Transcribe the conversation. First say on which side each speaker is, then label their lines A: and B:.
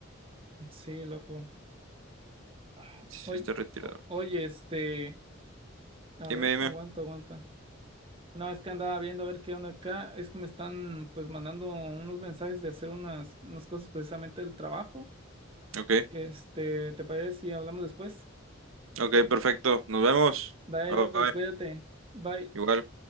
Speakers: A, on the right; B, on the right.
A: Sí, loco. Ay,
B: sí
A: oye,
B: está retirado.
A: o- oye, este, a
B: Dime,
A: ver,
B: dime.
A: aguanta, aguanta. No, es que andaba viendo a ver qué onda acá. Es que me están pues mandando unos mensajes de hacer unas, unas cosas precisamente del trabajo.
B: Ok,
A: Este, ¿te parece si hablamos después?
B: ok, perfecto, nos vemos.
A: Dale,
B: Bye,
A: loco,
B: bye,
A: cuídate. Bye.
B: igual.